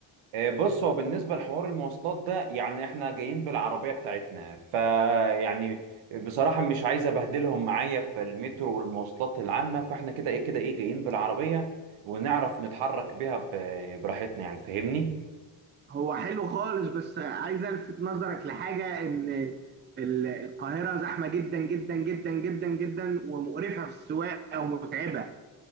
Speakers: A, on the right; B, on the right.
A: آه، بص هو بالنسبة لحوار المواصلات ده يعني احنا جايين بالعربية بتاعتنا فيعني بصراحة مش عايز ابهدلهم معايا في المترو والمواصلات العامة فاحنا كده ايه كده ايه جايين بالعربية ونعرف نتحرك بيها ب- براحتنا يعني فاهمني؟
B: هو حلو خالص بس عايز الفت نظرك لحاجة ان القاهرة زحمة جدا جدا جدا جدا جدا ومقرفة في السواقة ومتعبة